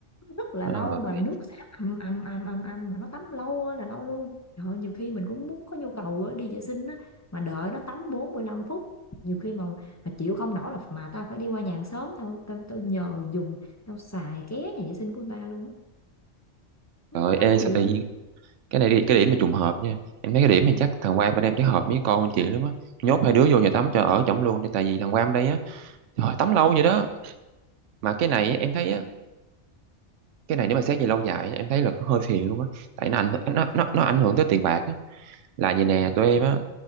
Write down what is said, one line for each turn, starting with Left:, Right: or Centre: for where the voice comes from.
Left: rất là
Right: trời
Left: lâu mà
Right: ơi
Left: nước xả ầm ầm ầm ầm ầm mà nó tắm lâu ơi là lâu luôn trời ơi, nhiều khi mình cũng muốn có nhu cầu á, đi vệ sinh á mà đợi nó tắm bốn mươi lăm phút nhiều khi mà mà chịu không nổi là mà tao phải đi qua nhà hàng xóm tao tao tao nhờ dùng tao xài ké nhà vệ sinh của người ta luôn á biết
Right: trời
Left: nó
Right: ê
Left: tắm
Right: sao
Left: cái gì
Right: tự nhiên
Left: nữa
Right: cái này đi cái điểm mà trùng hợp nha em thấy cái điểm này chắc thằng Quang bên em chắc hợp với con bên chị lắm á nhốt hai đứa vô nhà tắm cho ở chổng luôn đi tại vì thằng Quang đây á trời ơi, tắm lâu vậy đó mà cái này em thấy á cái này nếu mà xét về lâu dài á, em thấy là có hơi phiền luôn á tại nó ảnh nó nó, nó ảnh hưởng tới tiền bạc á là vậy nè tụi em á